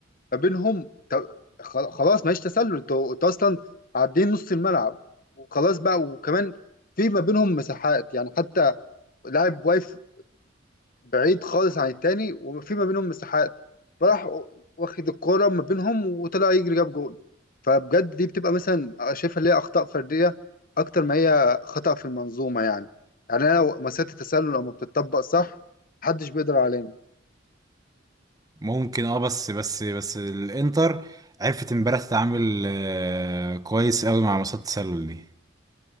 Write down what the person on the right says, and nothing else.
ممكن اه بس بس بس الانتر عرفت امبارح تتعامل آه، كويس قوي مع مصيدة التسلل دي